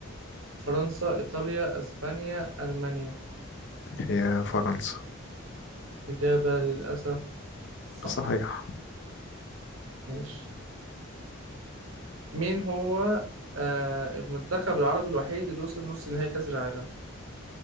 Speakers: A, on the right; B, on the left.
A: فرنسا إيطاليا أسبانيا ألمانيا
B: هي فرنسا
A: إجابة للأسف صح
B: صحيح
A: ماشي مين هو آه المنتخب العربي الوحيد اللي وصل نص نهائي كأس العالم